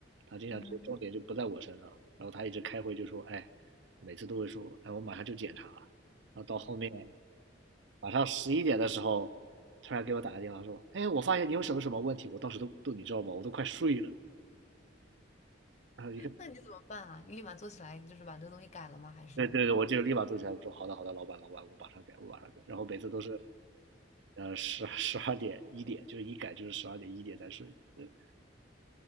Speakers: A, on the right; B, on the left.
A: 他经常重点就不在我身上，
B: 嗯。
A: 然后他一直开会就说，哎，每次都会说，哎，我马上就检查，然后到后面晚上十一点的时候，突然给我打个电话说，哎，我发现你有什么什么问题，我当时都都你知道吧，我都快睡了。然后一个，
B: 那你怎么办啊？你立马做起来，你就是把这个东西改了吗？还是啊？
A: 对对对，我就立马坐起来，我说好的好的，老板老板，我马上改，我马上改。然后每次都是呃，十十二点一点，就是一改就是十二点一点才睡。对，